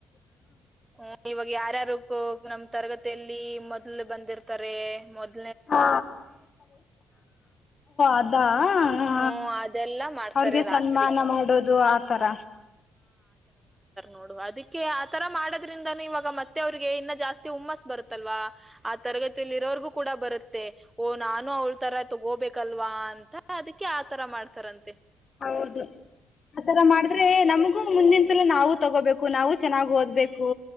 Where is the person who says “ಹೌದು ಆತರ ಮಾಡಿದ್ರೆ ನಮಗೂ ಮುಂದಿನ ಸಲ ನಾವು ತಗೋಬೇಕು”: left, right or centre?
Left